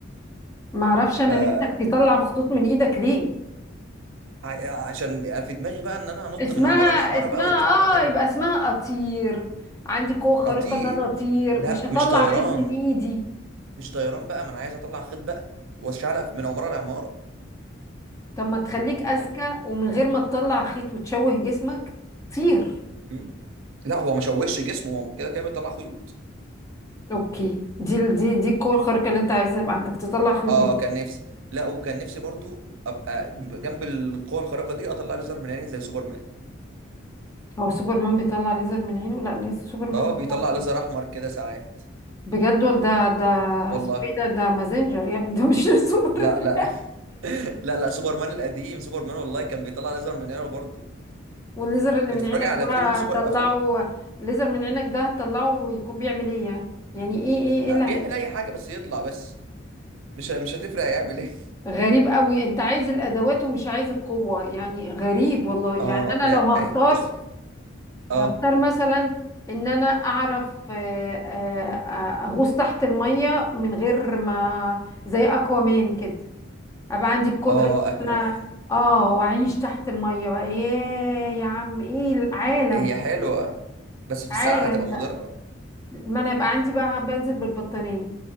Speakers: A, on the left (about 15°); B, on the right (about 90°).
A: معرفش أنا
B: ده
A: نفسك تطلع خطوط من إيدك ليه
B: ع- عشان في دماغي بقى ان انا هنط
A: اسمها
B: من عماره لعماره
A: اسمها
B: بقى والدنيا تبقى حلوه
A: اه يبقى اسمها أطير عندي قوة خارقة
B: اطير
A: إن أنا أطير
B: لا
A: مش هطلع
B: مش طيران
A: خيط من إيدي
B: مش طيران بقى ما انا عايز اطلع خيط بقى واشعلق من عماره لعماره
A: طب ما تخليك اذكى
B: يعني
A: ومن غير ما تطلع خيط وتشوه جسمك طير
B: مم. لا هو ما شوش جسمه هو كده كده بيطلع خيوط
A: اوكي دي ال- دي دي القوه الخارقه اللي انت عايزها يبقى عندك تطلع خيط
B: اه
A: من ايدك
B: كان نفسي لا وكان نفسي برضو ابقى جنب القوه الخارقه دي اطلع ليزر من عيني زي سوبرمان
A: هو سوبرمان بيطلع ليزر من عينه لا ليس سوبرمان
B: اه
A: بيطلع
B: بيطلع ليزر
A: خيط.
B: احمر كده ساعات
A: بجد ولا ده ده
B: والله
A: اسمه ايه ده ده مازنجر يا ابني ده مش <laughs> سوبرمان
B: لا لا <laughs> لا لا سوبرمان القديم سوبرمان والله كان بيطلع ليزر من عينه برضو
A: والليزر اللي
B: اتفرج
A: من عينك
B: على
A: ده
B: فيلم سوبر
A: طلعه
B: افلام
A: الليزر من عينك ده هتطلعه يكون بيعمل ايه يعني يعني ايه ايه ايه
B: آه،
A: اللي
B: بيعمل
A: هي-
B: اي حاجه بس يطلع بس مش مش هتفرق هيعمل ايه <laughs>
A: غريب قوي انت عايز الادوات ومش عايز القوه يعني غريب والله يعني
B: اه
A: انا
B: يعني
A: لو هختار
B: بص اه
A: هختار مثلا ان انا اعرف آه، آه، اغوص تحت المية من غير ما زي اكوامان كده ابقى عندي القدرة
B: اه اكوامان
A: ان انا اه واعيش تحت المية بقى ياه يا عم ايه العالم
B: هي حلوه بس في
A: عالم
B: الساعه هتبقى
A: بقى
B: مضره
A: ما انا يبقى عندي بقى بنزل بالبطانية